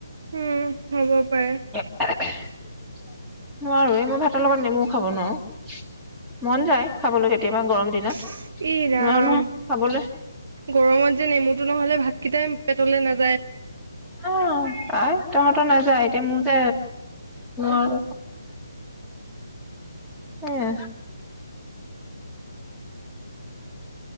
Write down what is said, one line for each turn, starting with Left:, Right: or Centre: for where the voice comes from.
Right: উম হব
Centre: <inaudible>
Right: পাৰে
Centre: <inaudible> নোৱাৰো এই মই ভাতৰ লগত নেমু খাব নোৱাৰো, মন যায় খাবলৈ কেতিয়াবা গৰম দিনত
Right: ই ৰাম
Centre: নোৱাৰো নহয় খাবলৈ
Right: গৰমত যে নেমুটো নহ'লে ভাতকেইটাই পেটলৈ নাজ
Centre: অ আই তহঁতৰ নাযায় এতিয়া মোৰ <unintelligible> উম